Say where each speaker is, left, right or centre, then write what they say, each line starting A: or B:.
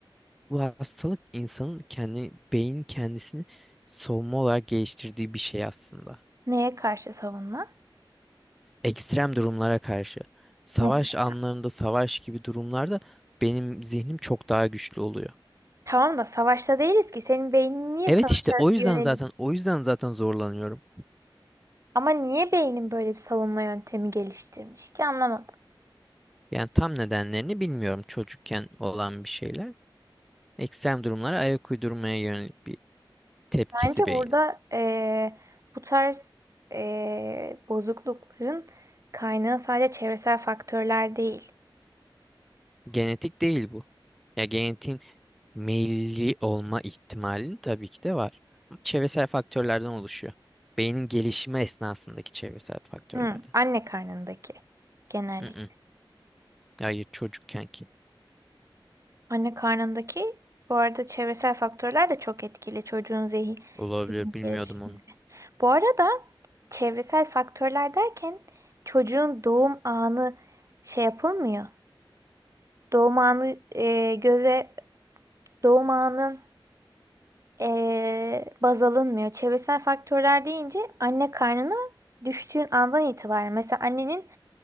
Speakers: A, in the centre; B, on the right (about 35°).
A: Bu hastalık insanın kendi beyin kendisini savunma olarak geliştirdiği bir şey aslında.
B: Neye karşı savunma?
A: Ekstrem durumlara karşı savaş
B: Mesela.
A: anlarında savaş gibi durumlarda benim zihnim çok daha güçlü oluyor.
B: Tamam da savaşta değiliz ki. Senin beynin niye
A: Evet
B: savaşa
A: işte o yüzden
B: yönelik
A: zaten o yüzden zaten zorlanıyorum.
B: Ama niye beynin böyle bir savunma yöntemi geliştirmiş ki anlamadım.
A: Yani tam nedenlerini bilmiyorum çocukken olan bir şeyler ekstrem durumlara ayak uydurmaya yönelik bir tepkisi
B: Bence
A: beynin.
B: burada eee, bu tarz eee, bozuklukların kaynağı sadece çevresel faktörler değil.
A: Genetik değil bu. Ya genetiğin meyilli olma ihtimalin tabii ki de var. Ama çevresel faktörlerden oluşuyor. Beynin gelişimi esnasındaki çevresel faktörlerden.
B: Hı, anne karnındaki genellikle.
A: Mm-mm. Hayır çocukken ki.
B: Anne karnındaki bu arada çevresel faktörler de çok etkili çocuğun zihin,
A: Olabilir
B: zihin
A: bilmiyordum
B: gelişiminde.
A: onu.
B: Bu arada çevresel faktörler derken çocuğun doğum anı şey yapılmıyor. Doğum anı eee, göze doğum anı eee, baz alınmıyor. Çevresel faktörler deyince anne karnına düştüğün andan itibaren mesela annenin